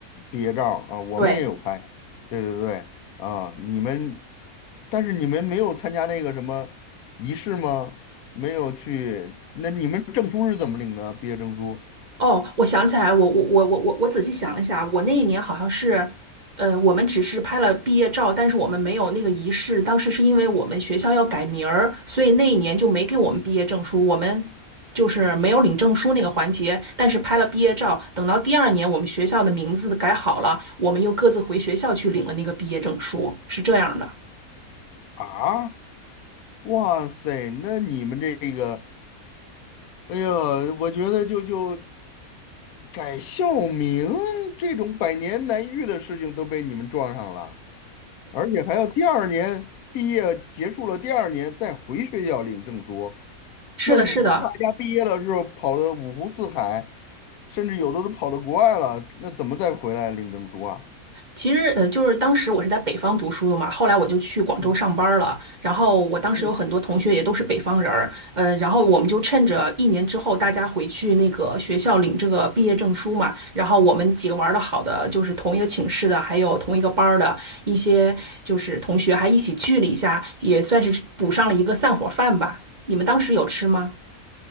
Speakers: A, on the left; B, on the right.
A: 毕业照儿啊，我们也有拍，
B: 对。
A: 对对对啊，你们，但是你们没有参加那个什么仪式吗？没有去，那你们证书是怎么领的？毕业证书
B: 哦，我想起来了我我我我我我仔细想了一下，我那一年好像是，呃，我们只是拍了毕业照，但是我们没有那个仪式。当时是因为我们学校要改名儿，所以那一年就没给我们毕业证书，我们就是没有领证书那个环节，但是拍了毕业照。等到第二年我们学校的名字改好了，我们又各自回学校去领了那个毕业证书，是这样的。
A: 啊？哇塞，那你们这个，哎呀，我觉得就就改校名这种百年难遇的事情都被你们撞上了，而且还要第二年毕业结束了，第二年再回学校领证书。
B: 是的，
A: 那大家毕业了之后跑的五湖四海，
B: 是的，
A: 甚至有的都跑到国外了，那怎么再回来领证书啊？
B: 其实，呃，就是当时我是在北方读书的嘛，后来我就去广州上班儿了。
A: 嗯
B: 然后我当时有很多同学也都是北方人儿，
A: 嗯
B: 呃，然后我们就趁着一年之后大家回去那个学校领这个毕业证书嘛，然后我们几个玩儿的好的，就是同一个寝室的，还有同一个班儿的一些就是同学，还一起聚了一下，也算是补上了一个散伙饭吧。你们当时有吃吗？